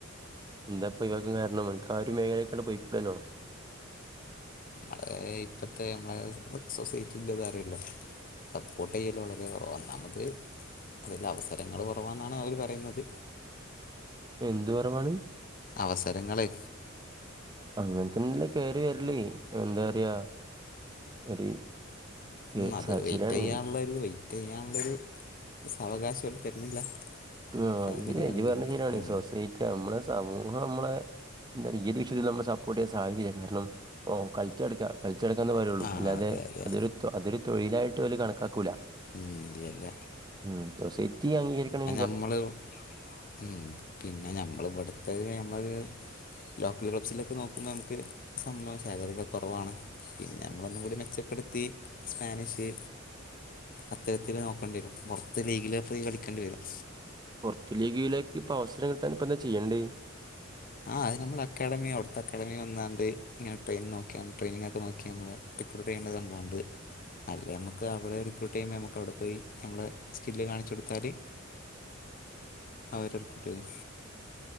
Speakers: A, on the right; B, on the left.
A: എന്താപ്പോ ഒയിവാക്കൻ കാരണം അനക്ക് ആ ഒരു മേഖലേക്ക് അങ്ങട് പോയിക്കൂടാനോ
B: അത് ഇപ്പത്തെ നമ്മളെ സൊസൈറ്റിന്റെത് അറിയല്ലോ സപ്പോട്ടെയൽ വളരേ കൊറാ നമ്മടേത് അതില് അവസരങ്ങൾ കുറവാന്നാണ് അവര് പറയുന്നത്
A: എന്ത് കുറവാണ്
B: അവസരങ്ങളെ
A: അങ്ങനത്തന്നല്ല കയറി വരല് എന്താ പറയാ ഒരു കേ-
B: ഉം അത്
A: സ-
B: വെയിറ്റ്
A: ശരിയാണ്
B: ചെയ്യാനുള്ള ഒരു വെയിറ്റ് ചെയ്യാനുള്ള ഒരു സാവകാശം ഓര് തരുന്നില്ല
A: ആ
B: ഫാമിലി
A: അത് ശരിയാ
B: ആണെങ്കിലും
A: ഇയ്യ് പറഞ്ഞ ശരിയാണ്
B: ഉം
A: സൊസൈറ്റി നമ്മളെ സമൂഹ <unintelligible> ഇമ്മള് എന്താ <unintelligible> ഈ ഒരു വിഷയത്തിൽ നമ്മള് സപ്പോർട്ട് ചെയ്യാൻ സാധ്യതയില്ല കാരണം ഓൻ കളിച്ചുനടക്കാ കൾ ഉച്ചെടക്കുന്ന മാതിരിയുള്ളു
B: ആ
A: അല്ലാതെ
B: അതെ അതെ
A: അതൊരു അതൊരു തൊഴിലായിട്ട് ഓര് കണക്കാക്കൂല
B: ഉം ഇല്ല ഇല്ല
A: ഉം സൊസൈറ്റി അംഗീകരിക്കണെ
B: നമ്മള് ഉം പിന്നെ നമ്മൾ ഇവിടുത്ത നമ്മള് ലോക്കൽ ക്ലബ്സിലൊക്കെ നോക്കുമ്പോൾ നമുക്ക് സംഭവം സാലറിയൊക്കെ കുറവാണ് പിന്നെ നമ്മളൊന്നും കൂടി മെച്ചപ്പെടു ത്തി സ്പാനിഷ് അത്തരത്തിൽ നോക്കണ്ടി വരും പുറത്ത് ലീഗലാ പോയി കളിക്കേണ്ടി വരും
A: പുറത്തു ലീഗിലേക്ക് ഇപ്പ അവസരം കിട്ടൻ ഇപ്പ എന്താ ചെയ്യണ്ടേ
B: ആ അത് നമ്മൾക്കക്കാധമി അവിടുത്തെ അക്കാധമി വന്നാണ്ട് ഇങ്ങനെ ടെയിൻ നോക്കിയാണ് ട്രെനിങ്ങക്ക നോക്കിയാണ് നമ്മളെ റിക്രൂട്ട് ചെയ്യേത് സംഭവണ്ട് അല്ലെ നമുക്ക് അവിടെ റിക്രൂട്ട് ചെയ്യുമ്പോൾ നമുക്ക് അവിടെ പോയി നമ്മളെ സ്കില്ല് കാണിച്ചു കൊടുത്താല് അവരർ <inaudible>